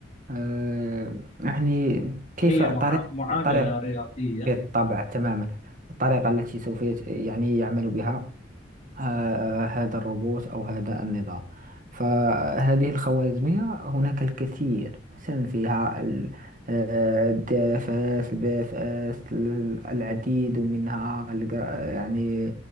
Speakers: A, on the right; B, on the left.
A: آه، يعني كيف
B: هي
A: طريق
B: مع- معادلة
A: طريق
B: رياضية
A: بالطبع تماما الطريقة التي سوف يت- يعني يعمل بها آه، هذا الروبوت أو هذا النظام فهذه الخوارزمية هناك الكثير مثلا فيها ال- آه، الداف اس الباف اس ال- العديد منها الج- يعني